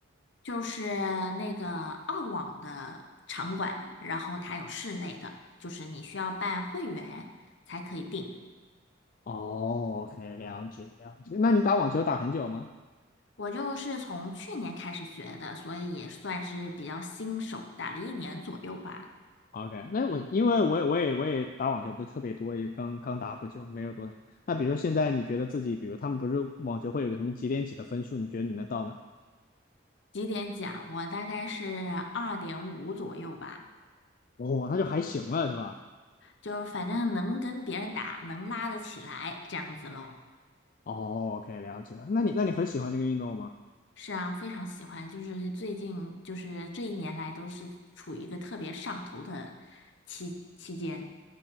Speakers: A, on the left (about 65°); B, on the left (about 45°).
A: 就是那个澳网的场馆，然后它有室内的，就是你需要办会员才可以订。
B: 哦，OK，了解了解。
A: 嗯
B: 那你打网球打很久吗
A: 我就是从去年开始学的，所以也算是比较新手，打了一年左右吧。
B: ？OK，那我因为我也我也我也打网球不是特别多，也刚刚打不久，没有多少。那比如说现在你觉得自己，比如他们不是网球会有个什么几点几的分数，你觉得你能到哪？
A: 几点讲？我大概是二点五左右吧，
B: 哦，那就还行了，是吧？
A: 就是反正能跟别人打，能拉得起来这样子咯。
B: 哦，OK，了解了。那你那你很喜欢这个运动吗？
A: 是啊，非常喜欢，就是最近就是这一年来都是处于一个特别上头的期期间。